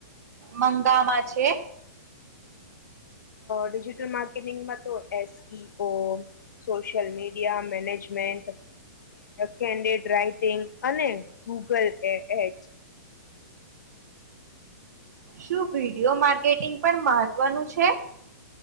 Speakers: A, on the right; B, on the left.
A: મંગામાં છે?
B: ડિજિટલ માર્કેટિંગ માં તો S E O, social media management. Content writing, અને ગૂગલ એ એચ.
A: શું વિડિયો માર્કેટિંગ પણ મહત્વનું છે?